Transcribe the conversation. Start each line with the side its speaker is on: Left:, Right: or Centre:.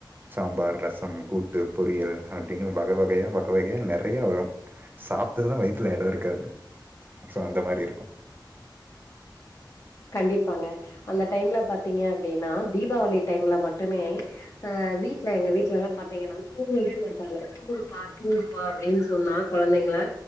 Right: சாம்பார் ரசம் கூட்டு பொரியல் அப்படின்னு வக வகையா வக வகையா நிறைய வரு சாப்பிட்டதா வயித்துல இடோ இருக்காது சோ அந்த மாரி இருக்கு
Left: கண்டிப்பாங்க அந்த டைம்ல பார்த்தீங்க அப்படின்னா தீபாவளி டைம்ல மட்டுமே அ வீட்டுல எங்க வீட்டுல எல்லா பாரத்தீங்கன்னா தூங்கவே மாட்டாங்க தூங்குப்பா தூங்குப்பா அப்படின்னு சொன்னா குழந்தைங்களா